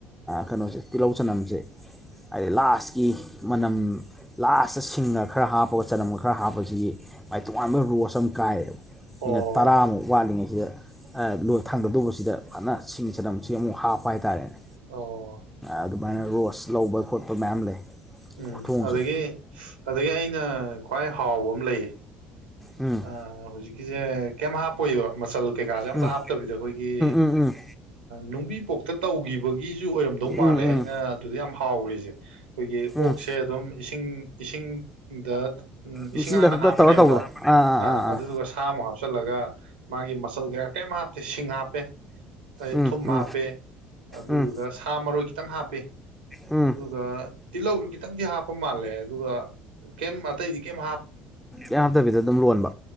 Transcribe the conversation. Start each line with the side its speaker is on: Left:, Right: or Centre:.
Centre: ꯀꯩꯅꯣꯁꯦ ꯇꯤꯜꯍꯧ ꯆꯅꯝꯁꯦ ꯍꯥꯏꯗꯤ ꯂꯥꯁꯀꯤ ꯃꯅꯝ ꯂꯥꯁꯇ ꯁꯤꯡꯅ ꯈꯔ ꯍꯥꯞꯄꯒ ꯆꯂꯝꯒ ꯈꯔ ꯍꯥꯞꯄꯁꯤꯒꯤ ꯃꯥꯏ ꯇꯣꯉꯥꯟꯕ ꯔꯣꯁ ꯑꯃ ꯀꯥꯏꯌꯦꯕ
Right: ꯑꯣ
Centre: ꯃꯤꯅꯠ ꯇꯔꯥꯃꯨꯛ ꯋꯥꯠꯂꯤꯉꯩꯁꯤꯗ ꯂꯣꯏ ꯊꯥꯡꯗꯗꯧꯕꯁꯤꯗ ꯐꯖꯅ ꯁꯤꯡ ꯆꯅꯝꯁꯤ ꯑꯃꯨꯛ ꯍꯥꯞꯄ ꯍꯥꯏꯇꯥꯔꯦꯅꯦ
Right: ꯑꯣ
Centre: ꯑꯗꯨꯃꯥꯏꯅ ꯔꯣꯁ ꯂꯧꯕ ꯈꯣꯠꯄ ꯃꯌꯥꯝ ꯂꯩ
Right: ꯎꯝ
Centre: ꯈꯨꯊꯣꯡꯁꯦ
Right: ꯑꯗꯨꯗꯒꯤ ꯑꯗꯒꯤ ꯑꯩꯅ ꯈ꯭ꯋꯥꯏ ꯍꯥꯎꯕ ꯑꯃ ꯂꯩꯌꯦ
Centre: ꯎꯝ
Right: ꯑ ꯍꯧꯖꯤꯛꯀꯤꯁꯦ ꯀꯩꯝ ꯍꯥꯞꯄꯣꯏꯕ ꯃꯆꯜ ꯀꯩꯀꯥꯁꯦ ꯑꯝꯇ
Centre: ꯎꯝ
Right: ꯍꯥꯞꯇꯕꯤꯗ ꯑꯩꯈꯣꯏꯒꯤ
Centre: ꯎꯝ ꯎꯝ
Right: ꯅꯨꯡꯕꯤ ꯀꯣꯛꯇ ꯇꯧꯈꯤꯕꯒꯤꯁꯨ ꯑꯣꯏꯔꯝꯗꯧ ꯃꯥꯜꯂꯦ
Centre: ꯎꯝ ꯎꯝ ꯎꯝ
Right: ꯑꯩꯅ ꯑꯗꯨꯗ ꯌꯥꯝ ꯍꯥꯎꯈꯔꯤꯁꯦ ꯑꯩꯈꯣꯏꯒꯤ
Centre: ꯎꯝ
Right: ꯁꯦ ꯑꯗꯨꯝ ꯏꯁꯤꯡ ꯏꯁꯤꯡꯗ ꯎꯝ
Centre: ꯃꯤꯆꯤꯟꯗ
Right: ꯏꯁꯤꯡ ꯍꯥꯟꯅ
Centre: ꯈꯛꯇ
Right: ꯍꯥꯞꯄꯅꯦꯕꯀꯣ
Centre: ꯇꯧꯔ ꯇꯧꯕꯗꯣ ꯑꯥ ꯑꯥ
Right: ꯑ
Centre: ꯑꯥ ꯑꯥ
Right: ꯑꯗꯨꯗꯨꯒ ꯁꯥꯃꯨꯛ ꯍꯥꯞꯆꯤꯜꯂꯒ ꯃꯥꯒꯤ ꯃꯁꯜ ꯀꯩꯀꯥ ꯀꯔꯤꯝ ꯍꯥꯞꯇꯦ ꯁꯤꯡ ꯍꯥꯞꯄꯦ ꯑꯩ
Centre: ꯎꯝ
Right: ꯊꯨꯝ
Centre: ꯎꯝ
Right: ꯍꯥꯞꯄꯦ ꯑꯗꯨꯗꯨꯒ
Centre: ꯎꯝ
Right: ꯁꯥ ꯃꯔꯣꯏ ꯈꯤꯇꯪ ꯍꯥꯞꯄꯦ
Centre: ꯎꯝ
Right: ꯑꯗꯨꯒ ꯇꯤꯜꯍꯧꯁꯨ ꯈꯤꯇꯪꯗꯤ ꯍꯥꯞꯄ ꯃꯥꯜꯂꯦ ꯑꯗꯨꯒ ꯀꯦꯝ ꯑꯇꯩꯗꯤ ꯀꯩꯝ
Centre: ꯌꯥꯗꯕꯤꯗ ꯑꯗꯨꯝ ꯂꯣꯟꯕ